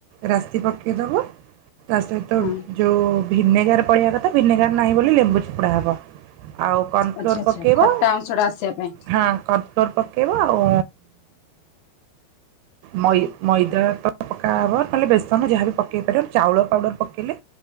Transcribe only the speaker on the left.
ହଁ
ଆଚ୍ଛା ଆଚ୍ଛା
ଖଟା ଅଂଶ ଟା ଆସିବା ପାଇଁ